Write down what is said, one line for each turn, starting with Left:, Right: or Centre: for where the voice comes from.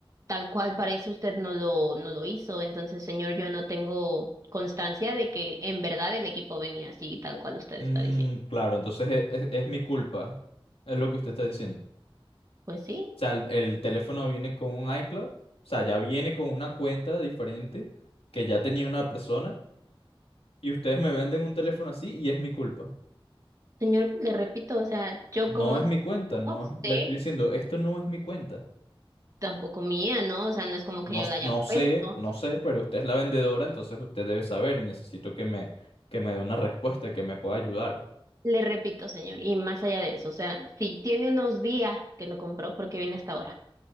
Right: tal cual parece usted no lo, no lo hizo. Entonces, señor, yo no tengo constancia de que en verdad el equipo venía así, tal cual usted
Left: Mm,
Right: está diciendo.
Left: claro, entonces e- es, es mi culpa. Es lo que usted está diciendo. O
Right: Pues sí,
Left: sea, el, el teléfono viene con un iCloud. O sea, ya viene con una cuenta diferente que ya tenía una persona. Y ustedes me venden un teléfono así y es mi culpa.
Right: señor, le repito, o sea, yo
Left: No
Right: como
Left: es mi cuenta, no
Right: usted
Left: es- le estoy diciendo, esto no es mi cuenta.
Right: tampoco mía, ¿no? O sea, no es como
Left: No,
Right: que yo
Left: s-
Right: la haya
Left: no sé,
Right: puesto.
Left: no sé, pero usted es la vendedora, entonces usted debe saber y necesito que me, que me dé una respuesta, que me pueda ayudar.
Right: Le repito, señor, y más allá de eso, o sea, si tiene unos días que lo compró, ¿por qué viene hasta ahora?